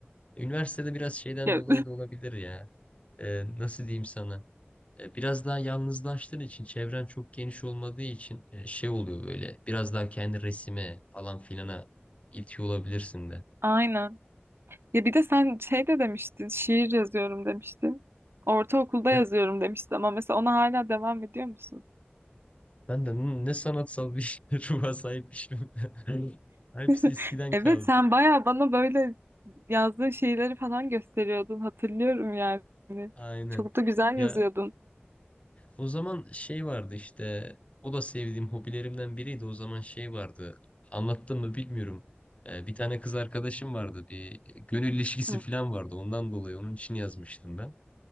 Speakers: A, on the left; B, on the right.
A: Üniversitede biraz şeyden
B: Ya,
A: dolayı da olabilir ya. Ee, nasıl diyeyim sana? E, Biraz daha yalnızlaştığın için çevren çok geniş olmadığı için e, şey oluyor böyle biraz daha kendi resime falan filana itiyor olabilirsin
B: <laughs>
A: de.
B: aynen. Ya bir de sen şey de demiştin, şiir yazıyorum demiştin. Ortaokulda yazıyorum
A: Ya
B: demiştin ama mesela ona hala devam ediyor musun?
A: ben de n- ne sanatsal bir <laughs> ruha sahipmişim. <laughs> Hepsi
B: <laughs>
A: eskiden
B: Evet
A: kaldı
B: sen
A: ya.
B: bayağı bana böyle yazdığın şeyleri falan gösteriyordun. Hatırlıyorum yani.
A: Aynen.
B: Çok da güzel
A: Ya
B: yazıyordun.
A: o zaman şey vardı işte o da sevdiğim hobilerimden biriydi o zaman şey vardı anlattım mı bilmiyorum. E, Bir tane kız arkadaşım vardı bir gönül ilişkisi
B: Hı.
A: falan vardı ondan dolayı onun için yazmıştım ben.